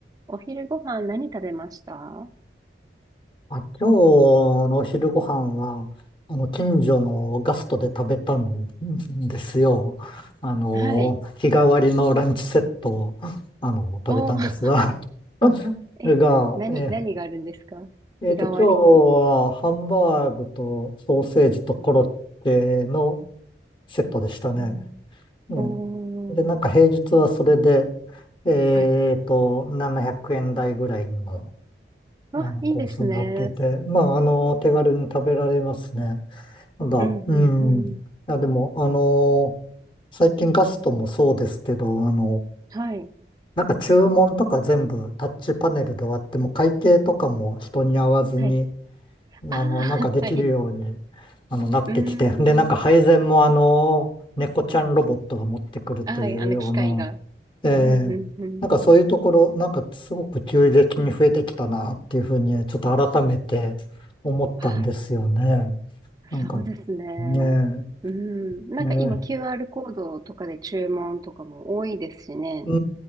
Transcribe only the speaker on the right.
お昼ご飯何食べました
はい。
おー、<laughs> え、
何、
何があるんですか日替わり。
うん、
おー、
はい。
あ、
いいですね。
うん、
うん、うん。
はい、
はい。ああ、
<laughs>
はい。
うーん。
はい、あの、機械が。
うん、うん、うん。
あ
ー、そうですね。
うん。なんか今
QR コードとかで注文とかも多いですしね。